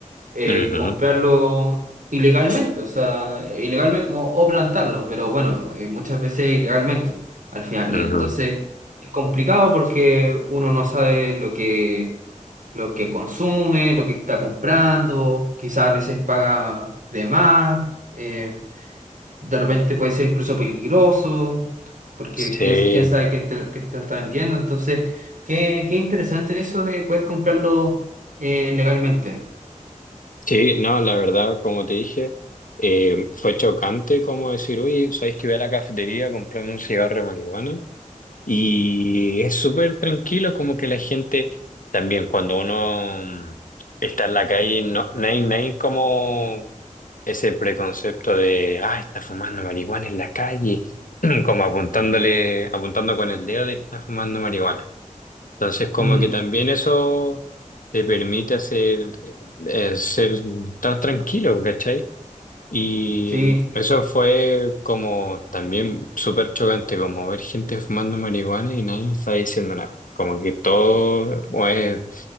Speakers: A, on the right; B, on the left.
A: eh,
B: Ujú,
A: comprarlo ilegalmente, o sea, ilegalmente o, o plantarlo, pero bueno, eh, muchas veces ilegalmente al final.
B: ujú.
A: Y entonces es complicado porque uno no sabe lo que, lo que consume, lo que está comprando, quizás a veces paga de más. eh, de repente puede ser incluso peligroso, porque
B: Sí.
A: quién, quién sabe quién te, quién te lo está vendiendo. Entonces, qué, qué interesante eso de poder comprarlo eh, legalmente.
B: Sí, no, la verdad, como te dije, eh, fue chocante como decir, oye, ¿sabes que voy a la cafetería a comprarme un cigarro de marihuana? Y es súper tranquilo, como que la gente también, cuando uno mm, está en la calle, no, no hay, no hay como ese preconcepto de, ah, está fumando marihuana en la calle, <clears throat> como apuntándole, apuntando con el dedo de que está fumando marihuana. Entonces, como
A: Mm,
B: que también eso te permite hacer, eh, ser tan tranquilo, ¿cachai? Y
A: sí.
B: mm, eso fue como también súper chocante, como ver gente fumando marihuana y nadie está diciendo nada. Como que todo o es,